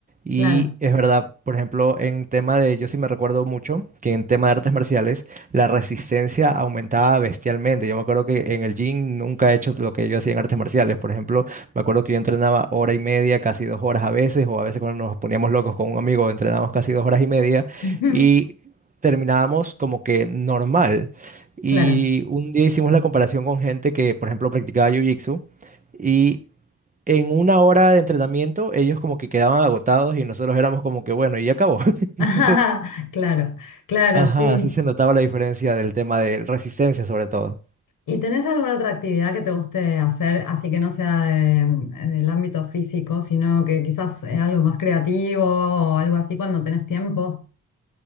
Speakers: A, on the right; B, on the left.
A: Y
B: Claro.
A: es verdad, por ejemplo, en tema de, yo sí me recuerdo mucho que en tema de artes marciales la resistencia aumentaba bestialmente. Yo me acuerdo que en el gym nunca he hecho lo que yo hacía en artes marciales. Por ejemplo, me acuerdo que yo entrenaba hora y media, casi dos horas a veces, o a veces cuando nos poníamos locos con un amigo, entrenábamos casi dos horas y media
B: <laughs>
A: y terminábamos como que normal. Y
B: Claro.
A: un día hicimos la comparación con gente que, por ejemplo, practicaba Jiu-Jitsu. Y en una hora de entrenamiento, ellos como que quedaban agotados y nosotros éramos como que, bueno, y ya acabó. <laughs> Entonces,
B: <laughs> Claro, claro,
A: ajá,
B: sí.
A: así se notaba la diferencia del tema de resistencia sobre todo.
B: ¿Y tenés alguna otra actividad que te guste hacer, así que no sea de- del ámbito físico, sino que quizás eh, algo más creativo o algo así cuando tenés tiempo?